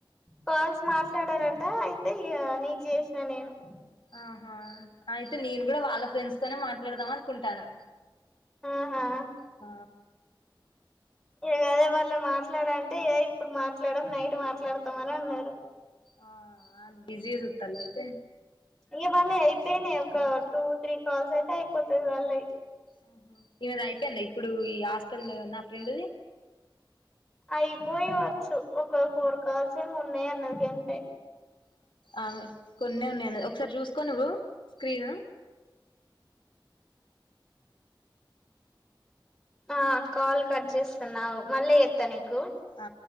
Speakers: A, in the centre; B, on the left.
A: కాల్స్ మాట్లాడారట అయితే ఇ నీకు చేసిన నేను
B: ఆహా అయితే నేను కూడా వాళ్ళ ఫ్రెండ్స్ తోనే మాట్లాడదాం అనుకుంటాను
A: ఆహా
B: ఆ
A: ఇగ అదే వాళ్ళ మాట్లాడ అంటే ఏద ఇప్పుడు మాట్లాడం, నైట్ మాట్లాడతాం అని అన్నారు
B: ఆ అ బిజీ ఇరుత్తలా అయితే
A: ఇక వాళ్ళ అయిపోయినాయి ఒక టూ త్రీ కాల్స్ అయితే అయిపోతది వాళ్ళయి
B: ఆహ ఈమెద అయిపోయిందా ఇప్పుడు ఈ హాస్టల్ నా ఫ్రెండ్ది
A: అయిపోయవచ్చు ఒక ఫోర్ కాల్స్ ఏమి ఉన్నాయి అన్నది కంటే
B: ఆమె కొన్ని ఉన్నాయంన్న ఒకసారి చూసుకోని ఇవ్డు స్క్రీను
A: ఆ కాల్ కట్ చేస్తాను నావు మళ్ళీ చేత్తా నీకు
B: ఆ